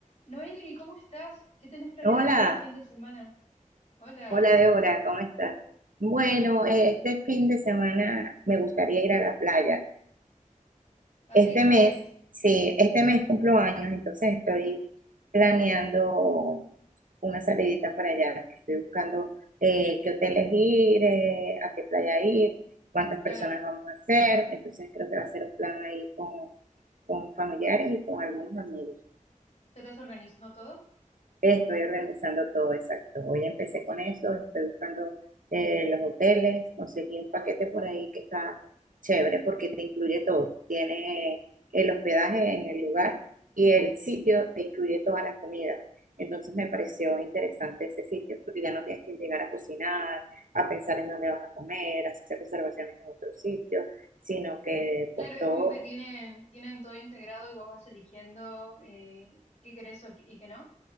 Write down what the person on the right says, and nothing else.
Hola,
hola Débora, ¿cómo estás? Bueno, eh, este fin de semana me gustaría ir a la playa.
Este
mes,
sí, este mes cumplo años, entonces estoy planeando una salidita para allá. Estoy buscando eh, qué hoteles ir, eh, a qué playa ir, cuántas
personas vamos a ser. Entonces creo que va a ser un plan ahí con, con familiares y con algunos amigos.
Estoy organizando todo, exacto. Hoy empecé con eso, estoy buscando eh, los hoteles, conseguí un paquete por ahí que está chévere porque te incluye todo. Tiene el hospedaje en el lugar y el sitio te incluye todas las comidas. Entonces me pareció interesante ese sitio porque ya no tienes que llegar a cocinar, a pensar en dónde vas a comer, a hacer reservaciones en otro sitio, sino que
pues
todo